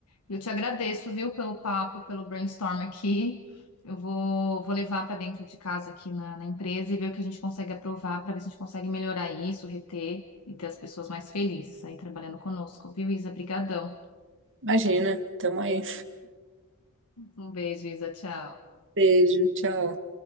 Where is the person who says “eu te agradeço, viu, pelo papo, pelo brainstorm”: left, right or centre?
Left